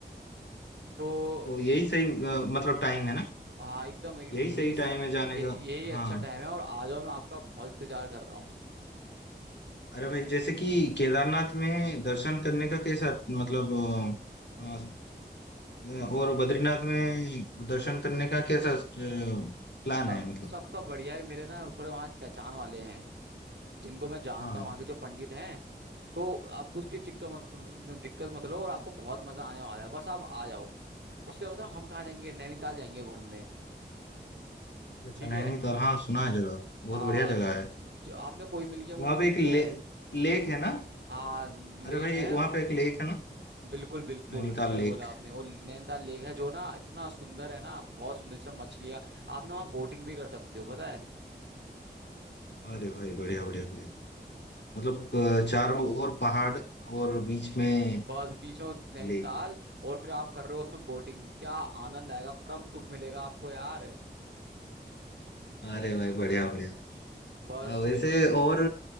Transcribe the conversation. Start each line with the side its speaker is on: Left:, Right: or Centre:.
Right: तो
Left: तो यही सही अ, मतलब टाइम है ना
Right: हाँ एकदम यही
Left: यही सही टाइम है जाने
Right: ये
Left: का
Right: यही अच्छा
Left: हाँ
Right: टाइम है और आ जाओ मैं आपका बहुत इंतजार कर रहा हूँ
Left: अरे भाई जैसे कि केदारनाथ में दर्शन करने का कैसा मतलब अ, अ, और बद्रीनाथ में दर्शन करने का कैसा प्लान
Right: सब
Left: है मतलब
Right: सबका बढ़िया है मेरे ना थोड़े वहाँ पहचान वाले हैं जिनको मैं जानता
Left: हाँ हाँ
Right: हूँ वहाँ के जो पंडित हैं तो आपको उसकी दिक्कत मत तुम- दिक्कत मत लो और आपको बहुत मजा आने वाला है बस आप आ जाओ उसके बाद बताओ हम कहाँ जाएंगे नैनीताल जाएंगे घूमने
Left: अच्छा
Right: ठीक है
Left: नैनीताल हाँ सुना है जगह बहुत
Right: हाँ
Left: बढ़िया जगह है
Right: जो आपने कोई मिल गया मूवी
Left: वहाँ
Right: देखी
Left: पे एक ले,
Right: है
Left: लेक है ना
Right: हाँ
Left: अरे
Right: लेक
Left: भाई
Right: है
Left: वहाँ पे एक लेक है ना
Right: बिल्कुल बिल्कुल
Left: नैनीताल
Right: सही
Left: लेक
Right: बोला आपने वो नैनीताल लेक है जो ना इतना सुंदर है ना बहुत सुंदर सा मछलियाँ आप ना वहाँ बोटिंग भी कर सकते हो पता है
Left: अरे भाई बढ़िया बढ़िया बढ़िया मतलब अ, चारों ओर पहाड़ और बीच में
Right: बस बीच में वो नैनीताल
Left: लेक
Right: और फिर आप कर रहे हो उसमें बोटिंग क्या आनंद आएगा परम सुख मिलेगा आपको यार
Left: अरे भाई बढ़िया बढ़िया
Right: बस
Left: अ, वैसे
Right: फिर
Left: और